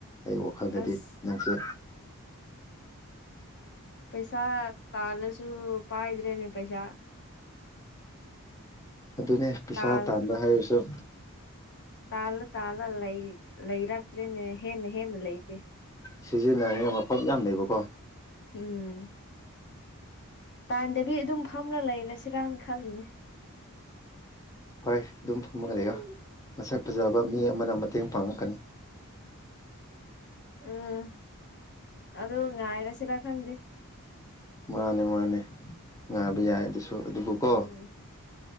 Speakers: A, on the left; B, on the left.
A: ꯑꯩ ꯋꯥꯈꯜꯗꯗꯤ
B: ꯑꯁ
A: ꯅꯪꯁꯨ
B: ꯄꯩꯁꯥ ꯇꯥꯜꯂꯁꯨ ꯄꯥꯏꯗ꯭ꯔꯦꯅꯦ ꯄꯩꯁꯥ <inaudible>
A: ꯑꯗꯨꯅꯦ ꯄꯩꯁꯥ
B: ꯇꯥꯜ
A: ꯇꯥꯟꯕ ꯍꯥꯏꯔꯁꯨ
B: ꯇꯥꯜꯂ ꯇꯥꯜꯂ ꯂꯩ ꯂꯩꯔꯛꯇ꯭ꯔꯦꯅꯦ ꯍꯦꯟꯅ ꯍꯦꯟꯅ ꯂꯩꯇꯦ
A: ꯁꯤꯖꯤꯟꯅꯔꯤꯉ ꯃꯐꯝ ꯌꯥꯝ ꯂꯩꯕꯀꯣ
B: ꯎꯝ ꯇꯥꯟꯗꯕꯤ ꯑꯗꯨꯝ ꯐꯝꯂ ꯂꯩꯔꯁꯤꯔꯅ ꯈꯜꯂꯤꯅꯦ
A: ꯍꯣꯏ ꯑꯗꯨꯝ ꯐꯝꯃꯒꯅꯤꯣ ꯃꯁꯛ ꯐꯖꯕ ꯃꯤ ꯑꯃꯅ ꯃꯇꯦꯡ ꯄꯥꯡꯉꯛꯀꯅꯤ
B: ꯎꯝ ꯑꯗꯨ ꯉꯥꯏꯔꯁꯤꯔ ꯈꯪꯗꯦ
A: ꯃꯥꯅꯦ ꯃꯥꯅꯦ ꯉꯥꯕ ꯌꯥꯏ ꯑꯗꯨꯁꯨ ꯑꯗꯨꯕꯨꯀꯣ
B: ꯎꯝ